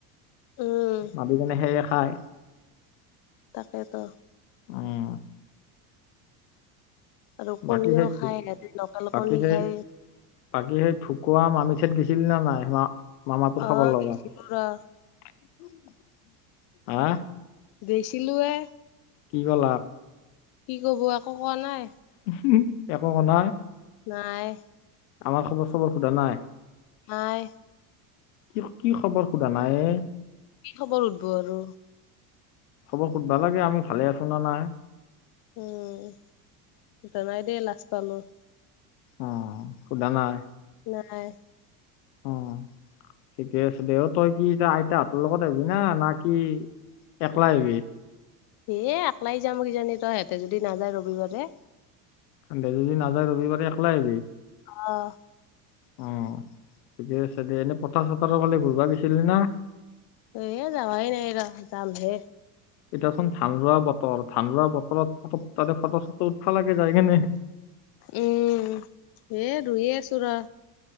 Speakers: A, on the left; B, on the left.
A: উম,
B: মাৰি কিনে সেইয়ে খায়
A: তাকেতো
B: উম
A: আৰু কণীও
B: বাকী সেই
A: খায়
B: ঢু-
A: সিহঁতে লোকেল
B: বাকী
A: কণী
B: সেই
A: খায়
B: বাকী সেই ঢুকোৱা মামিৰ ঠাইত গৈছিলি নে নাই মা মামাটোৰ
A: অ',
B: খবৰ লবা
A: গৈছিলোঁ
B: হোম-হোম-হোম,
A: ৰ,
B: হা',
A: গৈছিলোঁ এ',
B: কি কৰলা?
A: কি ক'ব? একো কোৱা নাই',
B: উম-হোম, একো কোৱা নাই?
A: নাই',
B: আমাৰ খবৰ - চবৰ সোধা নাই?
A: নাই',
B: কি - কি খবৰ সোধা নাইয়ে?
A: কি খবৰ শুধবো আৰু?
B: খবৰ সোধবা লাগে, আমি ভালে আছোঁ না নাই?
A: উমমমম, জনাই দেই, লাজ পালোঁ',
B: অ', - সোধা নাই?
A: নাই', <unintelligible>
B: অ ঠিকে আছে দে, অ', তই কি এতিয়া আইতাহঁতৰ লগত আহিবি না, না কি একলাই আহিবি?
A: এই', - একলাই যাম কিজানি তই সিহঁতে যদি নাযায় ৰবিবাৰে',
B: সেনতে যদি নাযায় ৰবিবাৰে একলায়ে আহিবি?
A: অহ',
B: অহ', ঠিকে আছে দে, এনে পথাৰ - চথাৰৰ ফালে ঘূৰবা গিছিলি না?
A: এই যাৱাই নাই ৰ, যাম হে',
B: এতিয়াচোন ধান ৰোৱা বতৰ, ধান ৰোৱা বতৰত ফ', তাতে ফটো - চটো উঠফা লাগি যায় কিনে',
A: উম', হে ৰুইয়ে আছোঁ ৰ',